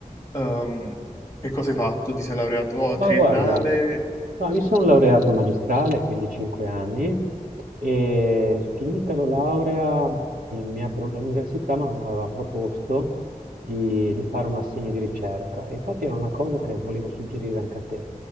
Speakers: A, on the left; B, on the right.
A: ehm, che cosa hai fatto? Ti sei laureato oh,
B: Ma
A: triennale?
B: guarda, no, mi sono laureato in magistrale, quindi 5 anni, e finita la laurea mm, mi ha pro- l'università mi aveva proposto di, di fare un assegno di ricerca. E infatti era una cosa che volevo suggerire anche a te,